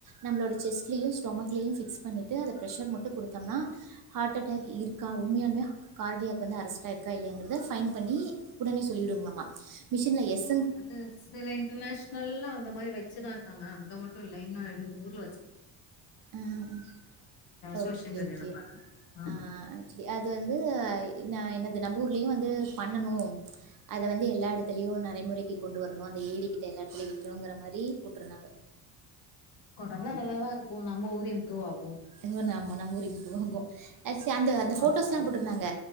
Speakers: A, on the right (about 45°); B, on the left (about 50°).
A: நம்மளோட செஸ்ட்லயு ஸ்டொமக் எல்ன் சிக்ஸ் பன்னிட்டுஅத ப்ரசர் மட்டு கொடுதோம்னா ஹாட் அட்டாக் இருக்கா உண்மயான்மே கார்டியாகு வந்து அரஸ்டாயிருக இல்லயங்ரது ஃபைண்ட் பன்னி உடனே சொல்லிடுங்லமா மிஷின்ல எஸ்
B: அது சில இன்டர்நேஷனல்ல அந்த மாரி வச்சுதா இருக் இருக்காங்க அங்க மட்டும் இல்ல இன்னு ரென்டு ஊர்
A: ஆஹ் ஓக்கே
B: சோசியல் மீடியால
A: ஓக்கே
B: பாத்தே ஆ
A: ஆஹ் ஆக்சுவலி அது வந்து என்ன என்னது நம்ப ஊர்லயும் வந்து பண்ணணு அத வந்து எல்லா இடத்துலயும் நரைமுறைக்கு கொண்டு வரணும் அந்த ஏடிக்கிட்ட எல்லா இடத்துலயூ விற்றுங்ரமாரி போட்ருந்தாங்க
B: கொன்டாத நல்லாதா இருக்கு நம்மவூரு இம்ப்ரூவ் ஆகு
A: இன்மோ நாம நம் <unintelligible> அந்த அந்த ஃபோட்டோஸ்லாம்
B: ஆமா
A: போட்ருந்தாங்க